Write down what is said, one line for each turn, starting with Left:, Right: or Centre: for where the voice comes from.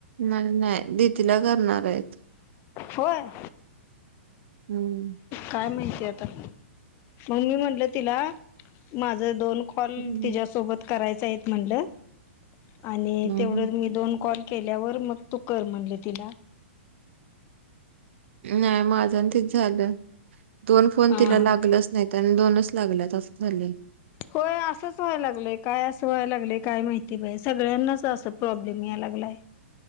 Right: मला नाय. दिदीला करणार येत.
Left: होय.
Right: हम्म
Left: काय माहिती आता, म्हणून म्हटलं तिला माझ दोन कॉल
Right: हम्म
Left: तिच्यासोबत करायचाईत म्हणलं, आणि
Right: हम्म.
Left: तेवढ मी दोन कॉल केल्यावर मग तू कर म्हणली तिला
Right: नाय. माझं अनं तिझ झालं. दोन फोन
Left: हा
Right: तिला
Left: हा
Right: लागलच नाहीत. आणि दोनच लागल्यात असं झालंय.
Left: होय. असंच व्हायला लागलंय. काय असं व्हाय लागय काय माहिती बाय, सगळ्यांनाच त असं प्रॉब्लेम याय लागलाय.